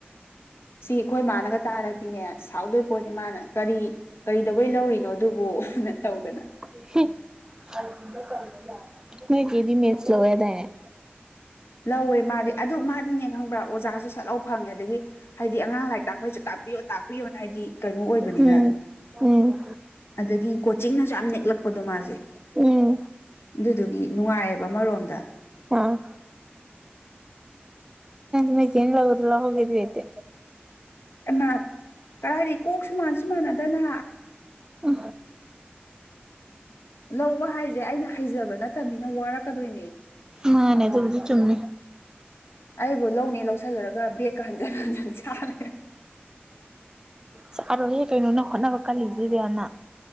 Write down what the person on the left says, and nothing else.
<inaudible> ꯁꯤ ꯑꯩꯈꯣꯏ ꯃꯥꯅꯒ ꯇꯥꯔꯗꯤ ꯁꯥꯎꯗꯣꯏ ꯄꯣꯠꯅꯤ ꯃꯥꯅ ꯀꯔꯤ ꯀꯔꯤꯗꯧꯕꯩ ꯂꯧꯔꯤꯅꯣ ꯑꯗꯨꯕꯨ ꯅ ꯇꯧꯗꯅ
ꯂꯧꯋꯦ ꯃꯥꯗꯤ ꯑꯗꯨ ꯃꯥꯗꯤꯅꯦ ꯈꯪꯕ꯭ꯔꯥ ꯑꯣꯖꯥꯁꯨ ꯁꯠꯂꯥꯎ ꯐꯪꯉꯦ ꯑꯗꯒꯤ ꯍꯥꯏꯗꯤ ꯑꯉꯥꯡ ꯂꯥꯏꯔꯤꯛ ꯇꯥꯛꯄꯩꯁꯨ ꯇꯥꯛꯄꯤꯌꯣ ꯇꯥꯛꯄꯤꯌꯣꯅ ꯍꯥꯏꯗꯤ ꯀꯩꯅꯣ ꯑꯣꯏꯕꯅꯤꯅ
ꯑꯗꯒꯤ ꯀꯣꯆꯤꯡꯅꯁꯨ ꯌꯥꯝ ꯅꯦꯛꯂꯛꯄꯗꯣ ꯃꯥꯁꯦ
ꯑꯗꯨꯗꯨꯒꯤ ꯅꯨꯡꯉꯥꯏꯑꯕ ꯑꯃꯔꯣꯝꯗ
ꯑꯩꯃ ꯀꯗꯥꯏꯗꯤ ꯀꯣꯛꯁꯨ ꯃꯥꯟꯁꯨ ꯃꯥꯟꯅꯗꯅ
ꯂꯧꯕ ꯍꯥꯏꯁꯦ ꯑꯩꯅ ꯍꯩꯖꯕ ꯅꯠꯇꯕꯅꯤꯅ ꯋꯥꯔꯛꯀꯗꯣꯏꯅꯦ
ꯑꯩꯕꯨ ꯂꯧꯅꯦ ꯂꯧꯁꯤꯜꯂꯨꯔꯒ ꯕꯦꯒꯀ ꯍꯟꯖꯤꯟ ꯍꯟꯖꯤꯟ ꯁꯥꯔꯦ